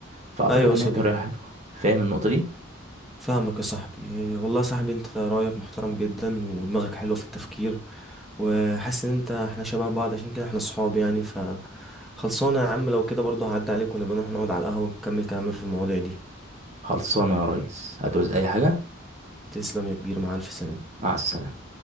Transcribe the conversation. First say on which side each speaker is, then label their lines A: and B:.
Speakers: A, on the right (about 35°); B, in the centre.
A: فاعتقد
B: أيوة
A: ان
B: يا صديقي
A: هي طريقة حلوة فاهم النقطة دي
B: فاهمك يا صاحبي آه، والله يا صاحبي أنت رأيك محترم جدا ودماغك حلوة في التفكير وحاسس إن أنت إحنا شبه بعض عشان كده إحنا صحاب يعني ف خلصانة يا عم لو كده برضو هعدي عليك ونبقى نروح نقعد على القهوة ونكمل كلامنا في المواضيع دي
A: خلصانه يا ريس هتعوز اي حاجه
B: تسلم يا كبير مع ألف سلامة
A: مع السلامه